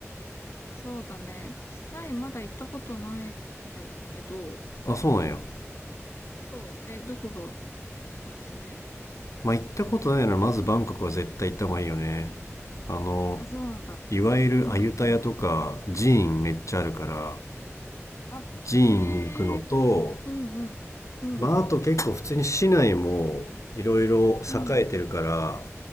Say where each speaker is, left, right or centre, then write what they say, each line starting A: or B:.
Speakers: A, on the left; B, on the left.
A: そうだね。タイまだ行ったことないんだけど、
B: あ、そうなんや。
A: そう、え、どこがおすすめ
B: まあ、行ったことないならまずバンコクは絶対行った方がいいよね。あの、
A: あ、そうなんだ。
B: いわゆるアユタヤとか寺院めっちゃあるから、
A: うんうんうん。あ、
B: 寺院に行くのと、
A: へえ、うんうん。うん、
B: まあ、あと結構普通に市内もいろいろ栄えてるから
A: うん、